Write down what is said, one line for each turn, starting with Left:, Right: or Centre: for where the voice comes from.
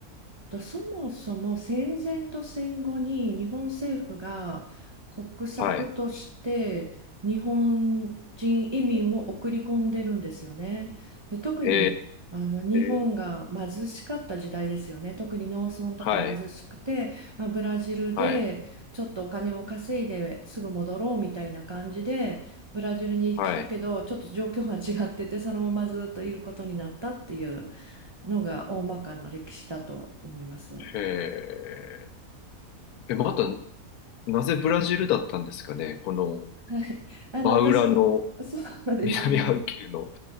Right: と、そもそも戦前と戦後に日本政府が国策として日本人移民を送り込んでるんですよね。
Left: はい。
Right: で、特にあの日本が貧しかった時代ですよね。
Left: へえ、
Right: 特に農村とか貧しくて、
Left: はい、
Right: まあ、ブラジルでちょっとお金を稼いですぐ戻ろうみたいな感じで、
Left: はい、
Right: ブラジルに来たけど、
Left: はい。
Right: ちょっと状況は違ってて、そのままずっといることになったっていう。のが大まかな歴史だと思います。
Left: へえ。え、また、なぜブラジルだったんですかねこの、
Right: はい、<laughs> あの私、
Left: 真裏の
Right: そうですね。
Left: 南半球の。